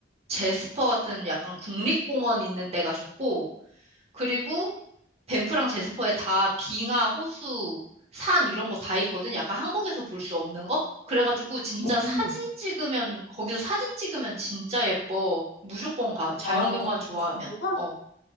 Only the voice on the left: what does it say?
음.
아,
정말?